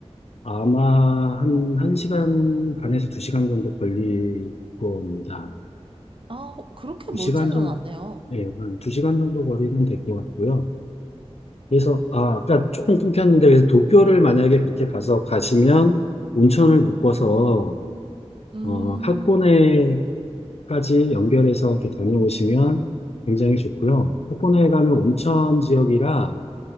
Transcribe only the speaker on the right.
아, 호- 그렇게
멀지는
않네요.
음,